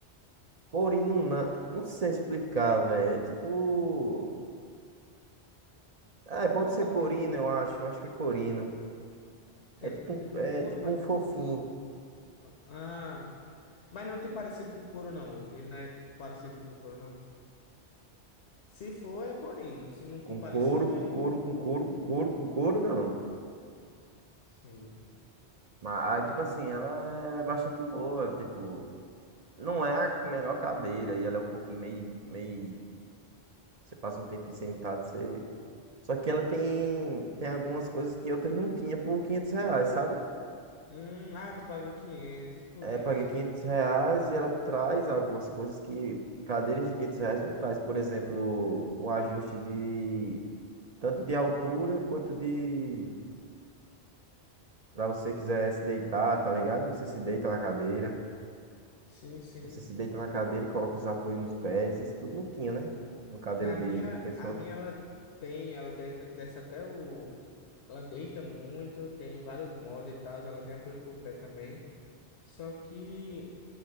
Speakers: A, on the right; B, on the left.
A: Corino, na- não sei explicar, velho. É tipo. É, pode
B: Tu sabe
A: ser corino,
B: o que,
A: eu acho. Eu acho que é corino.
B: Uhum. que
A: É
B: é
A: tipo
B: tipo
A: um,
B: um
A: é
B: couro,
A: tipo
B: mas
A: um fofinho.
B: não. Ah, mas não tem parecido com couro, não. eu- Ele não é parecido com couro, não. Se for, é corino. Se não for
A: Com
B: parecido,
A: couro, com
B: aí é
A: couro,
B: outra coisa.
A: com couro, com couro, com couro, não.
B: Sim,
A: Mas,
B: entendi.
A: aí, tipo assim, ela é bastante boa. Tipo, não é a melhor cadeira. E ela é um pouquinho meio, meio... Você passa um tempo sentado, você... Só que ela tem, tem algumas coisas que outras não tinha por quinhentos reais, sabe?
B: Hum, ah, tu pagou 500 por
A: É,
B: isso.
A: paguei 500 reais e ela traz algumas coisas que cadeiras de 500 reais não traz. Por exemplo, o ajuste de... Tanto de altura quanto de Pra você quiser se deitar, tá ligado? Você se deita na cadeira.
B: Sim, sim.
A: Você se deita na cadeira e coloca os apoios nos pés. Isso tudo não tinha, né? Uma cadeira
B: Na
A: de
B: minha,
A: 500
B: a
A: conto.
B: minha ela tem, ela desce, desce até o... Ela deita muito, tem vários mods e tal, ela tem apoio pro pé também. Só que